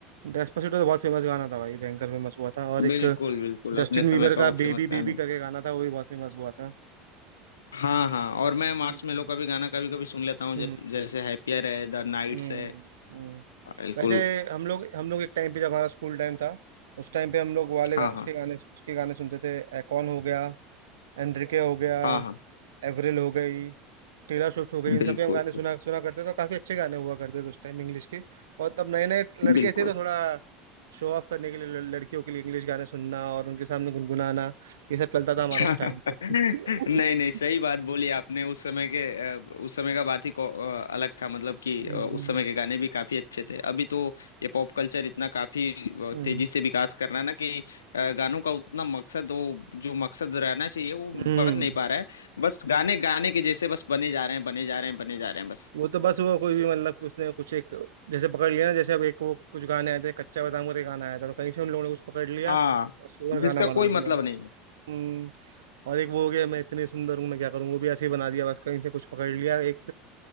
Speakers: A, on the right (about 70°); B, on the left (about 70°).
A: डेस्पासिटो तो बहुत फेमस गाना था भाई भयंकर फेमस हुआ था और एक
B: बिल्कुल बिल्कुल
A: जस्टिन
B: अपने समय
A: बीबर
B: का वो
A: का बेबी
B: फेमस गाना
A: बेबी करके गाना था वो भी बहुत फेमस हुआ था
B: हाँ हाँ और मैं मार्शमेलो
A: हम्म
B: का भी गाना कभी कभी सुन लेता हूँ
A: हम्म
B: जब- जैसे हैप्पियर है द नाइट्स
A: हम्म,
B: है
A: हम्म।
B: बिल्कुल
A: वैसे हम लोग हम लोग एक टाइम पे जब हमारा स्कूल टाइम था उस टाइम पे हम लोग वाले गा,
B: हाँ
A: उसके
B: हाँ
A: गाने उसके गाने सुनते थे एकॉन हो गया एनरिके हो गया
B: हाँ हाँ
A: एवरिल हो गई टेलर स्विफ्ट हो गई इन
B: बिल्कुल
A: सबके हम गाने सुना सुना करते थे और काफी अच्छे गाने हुआ करते थे उस टाइम इंग्लिश के और तब नए नए लड़के
B: बिल्कुल
A: थे तो थोड़ा शो ऑफ करने के लिए लड़- लड़कियों के लिए इंग्लिश गाने सुनना और उनके सामने गुनगुनाना ये सब चलता था
B: <laughs>
A: हमारा उस टाइम पे
B: नहीं
A: <laughs>
B: नहीं सही बात बोली आपने उस समय के अ, उस समय का बात ही को- अ, अलग था मतलब कि
A: हम्म
B: अ, उस समय के गाने भी काफी अच्छे थे अभी तो ये पॉप कल्चर इतना काफी अ,
A: हम्म
B: तेजी से विकास कर रहा है ना कि अ, गानों का उतना मकसद वो जो मकसद रहना चाहिए वो
A: हम्म।
B: बन नहीं पा रहा है बस गाने गाने के जैसे बस बने जा रहे हैं बने जा रहे हैं बने जा रहे हैं बस
A: वो तो बस वो कोई भी मतलब कि उसने कुछ एक जैसे पकड़ लिया ना जैसे अब एक वो कुछ गाने आए थे कच्चा बादाम करके गाना आया था तो कहीं से उन लोगों ने कुछ पकड़ लिया
B: हाँ
A: और उसके ऊपर गाना
B: जिसका
A: बना
B: कोई मतलब
A: दिया
B: नहीं है
A: हम्म और एक वो हो गया मैं इतनी सुंदर हूँ मैं क्या करूँ वो भी ऐसे ही बना दिया बस कहीं से कुछ पकड़ लिया एक